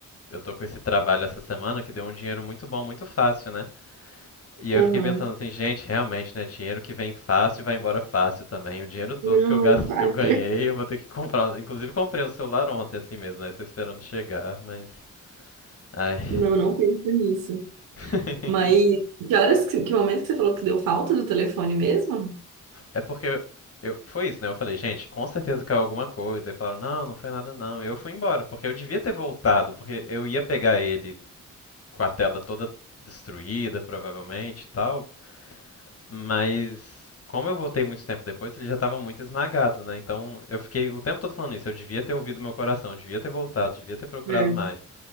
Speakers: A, on the left; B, on the right.
A: eu tô com esse trabalho essa semana que deu um dinheiro muito bom, muito fácil, né? E
B: Não,
A: aí eu fiquei
B: aham.
A: pensando assim, gente, realmente, né? Dinheiro que vem fácil vai embora fácil também. O dinheiro todo
B: Não,
A: que eu gasto,
B: para.
A: que eu ganhei, eu vou ter que comprar. Inclusive comprei um celular ontem assim mesmo, né? Tô esperando chegar, mas. Ai.
B: Não, não pensa nisso.
A: <laughs>
B: Mas que horas, que, que momento que você falou que deu falta do telefone mesmo?
A: É porque eu, eu- foi isso, né? Eu falei, gente, com certeza caiu alguma coisa. E falaram, não, não foi nada não. Eu fui embora, porque eu devia ter voltado, porque eu ia pegar ele com a tela toda destruída, provavelmente e tal. Mas como eu voltei muito tempo depois, ele já estava muito esmagado, né? Então eu fiquei o tempo todo falando isso. Eu devia ter ouvido meu coração, eu devia ter voltado, devia ter procurado
B: É,
A: mais.